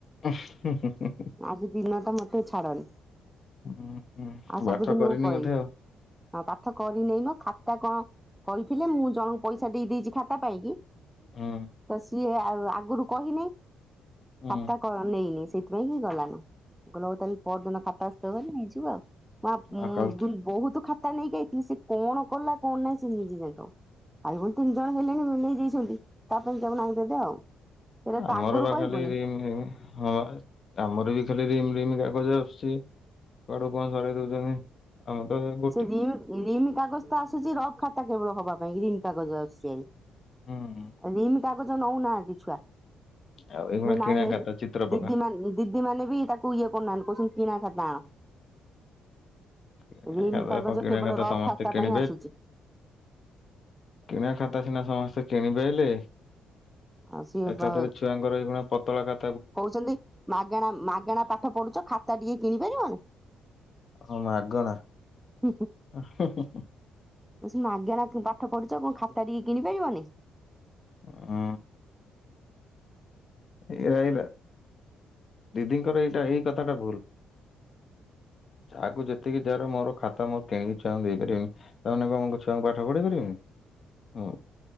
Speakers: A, on the left; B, in the centre.
A: ଉଁ ହୁ ହୁ ହୁ ହୁ।
B: ଆଜି ଦିନଟା ମତେ ଛାଡନି
A: ହୁଁ,
B: ଆଉ
A: ହୁଁ।
B: ସବୁଦିନ
A: ପାଠ କରିନି
B: ମୁଁ ପଳେଇବି।
A: ବୋଧେ ଆଉ
B: ହଁ ପାଠ କରିନେଇ ନା ଖାତା କଣ କହିଥିଲେ ମୁଁ ଜଣଙ୍କୁ ପଇସା ଦେଇ ଦେଇଚି ଖାତା ପାଇଁକି
A: ହୁଁ।
B: ତ ସିଏ ଆଉ ଆଗୁରୁ କହିନେଇ
A: ହୁଁ
B: ଖାତା କ ନେଇନେଇ ସେଇ ଥି ପାଇଁକି ଗଲାନ ମୁଁ କହିଲି ହୋଉ ତାହେଲେ ପହରଦିନ ଖାତା ଆସଥିବ ଭାରି ନେଇଯିବୁ ଆଉ। ନା ଉଁ
A: ଆଉ କାଲି
B: ଦୁନ୍ ବୋହୁତ ଖାତା ନେଇକି ଆଇଥିଲି ସେ କଣ କଲା କଣ ନାଇ ସେ ନିଜ ଜାଣିଥବ। ଭାଇ ଭୋଉଣୀ ତିନି ଜଣ ହେଲେଣି ନେଇ ଯାଇଛନ୍ତି ତା ପାଇଁ କଣ <unintelligible> ଆଉ କିରେ
A: ଆମର
B: ତୁ ଆଗୁରୁ
A: ବା
B: କହିବୁନି।
A: ଖାଲି ରିମ୍ ରିମ୍ ହଁ ପା ଆମର ବି ଖାଲି ରିମ୍ ରିମ୍ କାଗଜ ଆସୁଚି। କୁଆଡୁ କଣ ସରେଇ ଦଉଛନ୍ତି। ଆମ ତ <unintelligible>
B: ସେ ରିମ୍ ରିମ୍ କାଗଜ ତ ଆସୁଛି ରଫ ଖାତା କେବଳ ହବା ପାଇଁ ରିମ୍ କାଗଜ ଆସୁଛି ହେରି।
A: ହୁଁ।
B: ରିମ୍ କାଗଜ ନଉନାହାନ୍ତି ଛୁଆ।
A: ଆଉ ଏଇଗୁଣା କିଣା
B: ନାଇଁ ଏଇ
A: ଖାତା ଚିତ୍ର ପକା
B: ଦିଦି ମାନେ ଦିଦି ମାନେ ବି ତାକୁ ଇଏ କରୁନାହାନ୍ତି କହୁଛନ୍ତି କିଣା ଖାତା ଆଣ।
A: କିଣା
B: ରିମ୍
A: ଖାତା
B: କାଗଜ
A: କଣ କିଣା
B: କେବଳ ରଫ୍
A: ସମସ୍ତେ
B: ଖାତା
A: କିଣି
B: ପାଇଁ ଆସୁଛି।
A: କିଣି ଖାତା ସିନା ସମସ୍ତେ କିଣି ପାଇଲେ
B: ଆଉ ସିଏ
A: ଏକାଥରେ
B: ବା
A: ଛୁଆଙ୍କର ଏଭଳିଆ ପତଳା ଖା
B: କହୁଛନ୍ତି ମାଗଣା ମାଗଣା ପାଠ ପଢୁଛ ଖାତା ଟିକେ କିଣି ପାରିବନି।
A: ହଁ ମାଗଣା।
B: ହୁଁ ହୁଁ।
A: ଆ ହେଁ ହେଁ ହେଁ।
B: କହୁଛି ମାଗେଣା ପାଠ ପଢୁଛ କଣ ଖାତା ଟିକେ କିଣି ପାରିବନି।
A: ଓ ଏଇରା ଏଇରା ଦିଦିଙ୍କର ଏଇଟା ଏଇ କଥାଟା ଭୁଲ।
B: <inaudible>
A: ଯାହାକୁ ଯେତିକି ଯାହାର ମୋର ଖାତା ମୋର କିଣିକି ଛୁଆଙ୍କୁ ଦେଇପାରିବିନି। ତା ମାନେ କଣ ମୁଁ ଛୁଆଙ୍କୁ ପାଠ ପଢ଼େଇ ପାରିବିନି। ହୁଁ